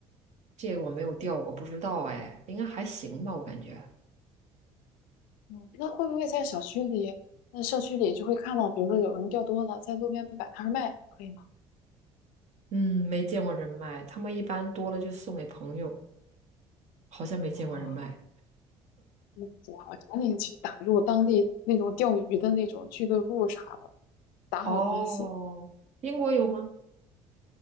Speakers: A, on the right; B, on the left.
A: 这个我没有钓过，不知道哎，应该还行吧，我感觉。
B: 嗯，那会不会在小区里，那社区里就会看到，比如说有人钓多了，在路边摆摊儿卖，可以吗？
A: 嗯，没见过人卖，他们一般多了就送给朋友，好像没见过人卖。
B: 哦，那我赶紧去打入当地那种钓鱼的那种俱乐部啥的，打好关系。
A: 哦，英国有吗？